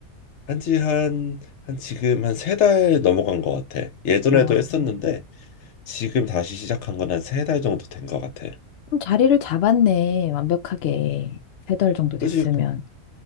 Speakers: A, on the left; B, on the left.
A: 한지 한, 한 지금 한 세 달 넘어간 것 같아. 예전에도
B: 어
A: 했었는데 지금 다시 시작한 건 한 세 달 정도 된 것 같아.
B: 좀 자리를 잡았네. 완벽하게. 세 달 정도 됐으면.
A: 그지?